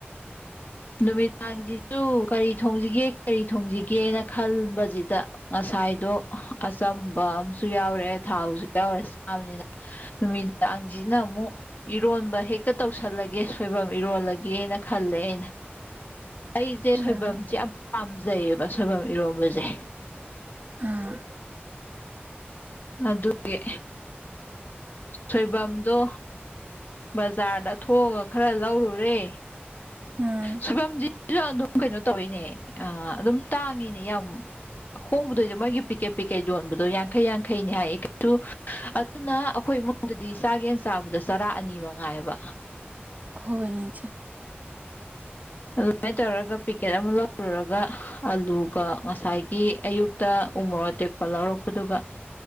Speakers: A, on the left; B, on the right.
A: ꯅꯨꯃꯤꯗꯥꯡꯁꯤꯁꯨ ꯀꯔꯤ ꯊꯣꯡꯁꯤꯒꯦ ꯀꯔꯤ ꯊꯣꯡꯁꯤꯒꯦꯅ ꯈꯟꯕꯁꯤꯗ ꯉꯁꯥꯏꯗꯣ ꯑꯆꯝꯕ ꯑꯃꯁꯨ ꯌꯥꯎꯔꯦ ꯊꯥꯎꯁꯨ ꯌꯥꯎꯔꯦ ꯆꯥꯕꯅꯤꯅ ꯅꯨꯃꯤꯗꯥꯡꯁꯤꯅ ꯑꯃꯨꯛ ꯏꯔꯣꯟꯕ ꯍꯦꯛꯇ ꯇꯧꯁꯜꯂꯒꯦ ꯁꯣꯏꯕꯨꯝ ꯏꯔꯣꯜꯂꯒꯦꯅ ꯈꯜꯂꯦ ꯑꯩꯅ ꯑꯩꯁꯦ
B: ꯎꯝ
A: ꯁꯣꯏꯕꯨꯝꯁꯦ ꯌꯥꯝ ꯄꯥꯝꯖꯩꯌꯦꯕ ꯁꯣꯏꯕꯨꯝ ꯏꯔꯣꯟꯕꯁꯦ
B: ꯑꯥ
A: ꯑꯗꯨꯒꯤ ꯁꯣꯏꯕꯨꯝꯗꯣ ꯕꯖꯥꯔꯗ ꯊꯣꯛꯑꯒ ꯈꯔ ꯂꯧꯔꯨꯔꯦ
B: ꯎꯝ
A: ꯁꯣꯏꯕꯨꯝꯁꯤꯁꯨ ꯑꯗꯨꯝ ꯀꯩꯅꯣ ꯇꯧꯏꯅꯦ ꯑ ꯑꯗꯨꯝ ꯇꯥꯡꯉꯤꯅꯦ ꯌꯥꯝ ꯍꯣꯡꯕꯗꯣꯏ ꯃꯣꯏꯒꯤ ꯄꯤꯛꯀꯦꯠ ꯄꯤꯛꯀꯦꯠ ꯌꯣꯟꯕꯗꯣ ꯌꯥꯡꯈꯩ ꯌꯥꯡꯈꯩꯅꯤ ꯍꯥꯏꯌꯦ ꯀꯩꯁꯨ ꯑꯗꯨꯅ ꯑꯩꯈꯣꯏ ꯏꯃꯨꯡꯗꯗꯤ ꯆꯥꯒꯦꯅ ꯆꯥꯕꯗ ꯆꯔꯥ ꯑꯅꯤ ꯃꯉꯥꯏꯑꯕ
B: ꯍꯣꯏꯅꯦ ꯏꯆꯦ
A: ꯑꯗꯨꯃꯥꯏꯅ ꯇꯧꯔꯒ ꯄꯦꯛꯀꯦꯠ ꯑꯃ ꯂꯧꯔꯨꯔꯒ ꯑꯂꯨꯒ ꯉꯁꯥꯏꯒꯤ ꯑꯌꯨꯛꯇ ꯎꯃꯣꯔꯣꯛ ꯑꯇꯦꯛꯄ ꯂꯧꯔꯛꯄꯗꯨꯒ